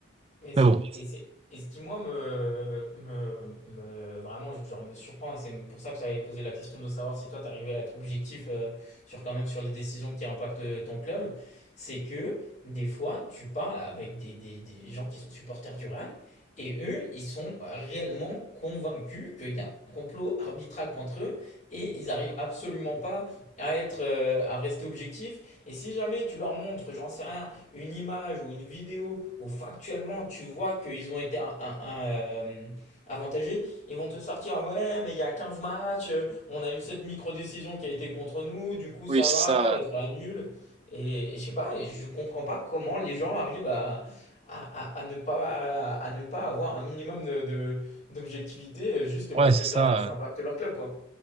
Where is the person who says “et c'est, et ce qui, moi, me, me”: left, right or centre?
Left